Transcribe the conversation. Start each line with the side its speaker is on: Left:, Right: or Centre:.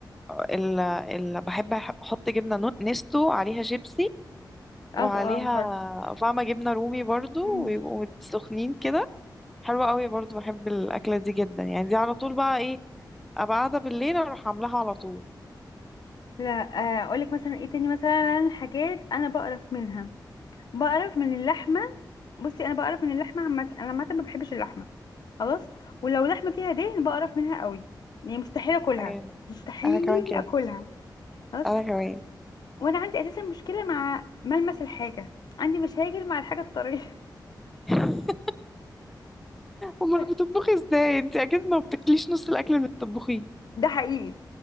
Centre: ال, ال... بحب احط جبنة نو- نستو عليها شيبسي
Left: اه
Centre: وعليها
Left: طبعا برضه
Centre: فاهمة جبنة رومي برضو
Left: مم.
Centre: ويبقوا سخنين كده حلوة قوي برضو بحب الأكلة دي جدا يعني دي على طول بقى ايه أبقى قاعدة بالليل أروح عاملاها على طول
Left: لا آه، اقولك مثلا ايه تاني مثلا حاجات انا بقرف منها بقرف من اللحمة بصي انا بقرف من اللحمة عامة انا عامة ما بحبش اللحمة خلاص ولو لحمة فيها دهن بقرف منها قوي يعني مستحيل اكلها
Centre: أيوة.
Left: مستحيل
Centre: أنا كمان كده
Left: اكلها خلاص
Centre: أنا كمان
Left: وانا عندي اساسا مشكلة مع ملمس الحاجة عندي مشاكل مع الحاجة الطرية
Centre: <laughs> أمال
Left: <laughs>
Centre: بتطبخي ازاي انت أكيد ما بتاكليش نص الأكل اللي بتطبخيه
Left: ده حقيقي